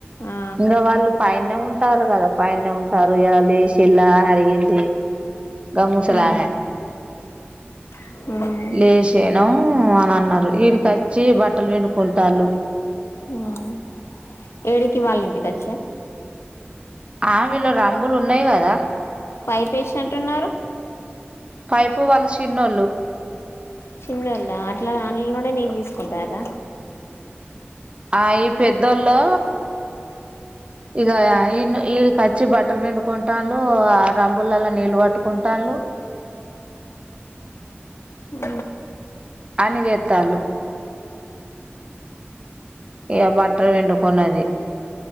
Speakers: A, on the left (about 85°); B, on the right (about 25°).
A: ఆ
B: ఇంగ వాళ్ళు పైన్నే ఉంటారు కదా పైన్నే ఉంటారు ఇగ లేసి ఇళ్ల అడిగింది గ మూసలమే
A: ఆ ఉమ్
B: లేశేను ఊ అని అన్నారు ఈడికచ్చి బట్టలు పిండుకుంటాల్లు
A: ఆ <unintelligible> ఏడికి వాళ్ళింటికచ్చ
B: ఆ వీళ్ళ రంబులు ఉన్నాయ్ కదా
A: పైపేషినట్టున్నారు
B: పైపు వాళ్ళు చిన్నోళ్ళు
A: చిన్నోళ్ళ అట్లా అల్లనుండే నీల్ తీసుకుంటార్ర
B: ఆ ఈ పెద్దోల్లో ఇగా ఈ ఈడికచ్చి బట్టల్ పిండుకుంటాళ్ళు ఆ రాంబులల్ల నీళ్ళు పట్టుకుంటండ్లు
A: ఊ
B: అన్ని జెత్తాళ్ళు ఇగ బట్టలు పిండుకున్నది